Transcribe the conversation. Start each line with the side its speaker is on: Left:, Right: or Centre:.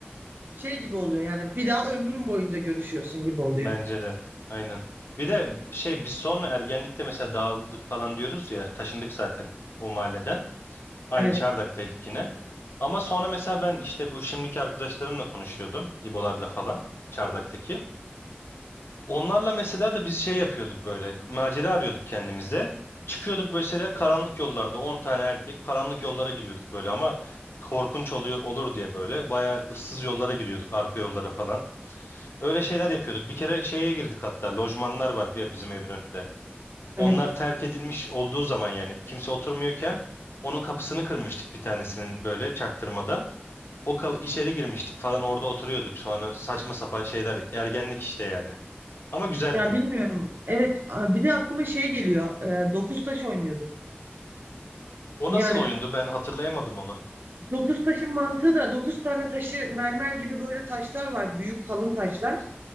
Right: şey gibi oluyor yani bir daha ömrün boyunca görüşüyorsun gibi oluyor.
Left: bence de. Aynen. Bir de şey biz sonra ergenlikte mesela dağıldık falan diyoruz ya, taşındık zaten o mahalleden. Aynı
Right: Evet,
Left: Çardak'taydık yine. Ama sonra mesela ben işte bu şimdiki arkadaşlarımla konuşuyordum, İbolarla falan, Çardak'taki. Onlarla mesela da biz şey yapıyorduk böyle. Macera arıyorduk kendimize. Çıkıyorduk mesela karanlık yollarda 10 tane erkek karanlık yollara giriyorduk böyle ama korkunç oluyor olur diye böyle bayağı ıssız yollara giriyorduk arka yollara falan. Öyle şeyler yapıyorduk. Bir kere şeye girdik hatta lojmanlar var bir bizim evin önünde. Onlar
Right: evet.
Left: terk edilmiş olduğu zaman yani kimse oturmuyorken onun kapısını kırmıştık bir tanesinin böyle çaktırmadan. O ka- içeri girmiştik falan orada oturuyorduk sonra saçma sapan şeyler ergenlik işte yani. Ama güzeldi.
Right: Ya bilmiyorum. Evet, a- bir de aklıma şey geliyor. Ee, dokuz taş oynuyorduk.
Left: O
Right: Yani
Left: nasıl oyundu? Ben hatırlayamadım onu.
Right: dokuz taşın mantığı da dokuz tane taşı mermer gibi böyle taşlar var. Büyük kalın taşlar.